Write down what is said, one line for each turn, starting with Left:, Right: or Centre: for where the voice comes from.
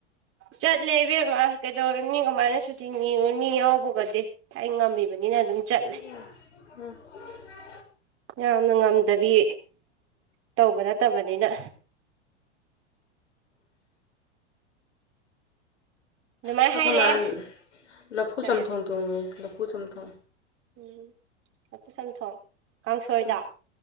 Right: ꯆꯠꯂꯦ ꯏꯕꯦꯝꯃ ꯀꯩꯗꯧꯔꯨꯅꯤ ꯀꯃꯥꯏꯅ ꯁꯨꯇꯤ ꯅꯤꯔꯨꯅꯤ ꯌꯥꯎꯕꯒꯗꯤ ꯑꯩ ꯉꯝꯃꯤꯕꯅꯤꯅ ꯑꯗꯨꯝ ꯆꯠꯂꯦ
Left: ꯎꯝ <unintelligible>
Right: ꯌꯥꯝꯅ ꯉꯝꯗꯕꯤ ꯇꯧꯕ ꯅꯠꯇꯕꯅꯤꯅ ꯑꯗꯨꯃꯥꯏꯅ
Left: ꯈꯣꯏ ꯑꯈꯣꯏ
Right: ꯍꯥꯏꯔꯛꯑꯦ
Left: ꯃꯥꯟ ꯂꯐꯨ
Right: ꯀꯔꯤ
Left: ꯆꯝꯊꯣꯡ ꯊꯣꯡꯉꯤ ꯂꯐꯨ ꯆꯝꯊꯣꯡ
Right: ꯎꯝ ꯂꯐꯨ ꯆꯝꯊꯣꯡ ꯀꯥꯡꯁꯣꯏꯗ
Left: ꯎꯝ